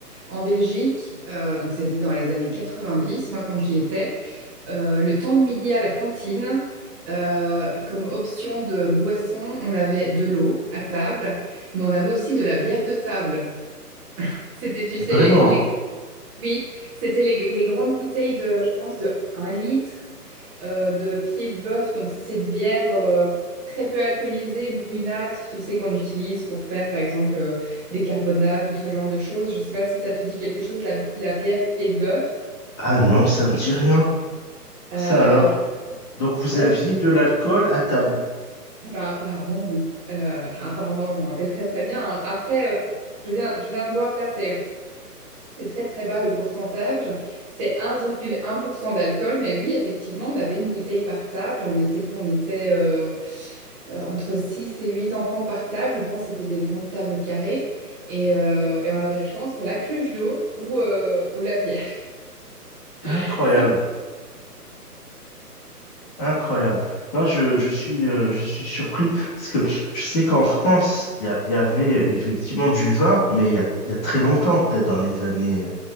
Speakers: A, on the right (about 20°); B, on the left (about 25°).
A: en Belgique. euh, donc c'était dans les années 90, moi, quand j'y étais. Euh, le temps de midi à la cantine, euh, comme option de boisson, on avait de l'eau à table, mais on avait aussi de la bière de table. C'était, tu sais,
B: Vraiment?
A: les, les oui, c'était les, les grandes bouteilles de, je pense, de un litre euh, de pied de bœuf. Donc, c'est cette bière euh, très peu alcoolisée, brunâtre, tu sais, qu'on utilise pour faire, par exemple, euh, des carbonades ou ce genre de choses. Je ne sais pas si ça te dit quelque chose, la, la bière pied de bœuf.
B: Ah non, ça me dit rien.
A: Euh,
B: Ça alors?
A: Il fa-
B: Donc vous
A: faudrait
B: aviez
A: que je...
B: de l'alcool à table.
A: Eh ben, apparemment, oui. Euh, Enfin, apparemment, je m'en rappelle très, très bien. hein. Après, euh, je viens, je viens de voir, là, c'est C'est très très bas le pourcentage, c'est 1,1% d'alcool, mais oui, effectivement, on avait une bouteille par table, on était quoi? On était euh, euh, entre 6 et 8 enfants par table, je pense que c'était des grandes tables carrées, et, euh, et on avait le choix entre la cruche d'eau ou, euh, ou la bière.
B: Incroyable,
A: <laughs> Ce-
B: incroyable. Non, je, je suis, euh, je suis surpris parce que je sais qu'en France, il y, a- il y avait effectivement du vin, mais il y a, il y a très longtemps, peut-être dans les années,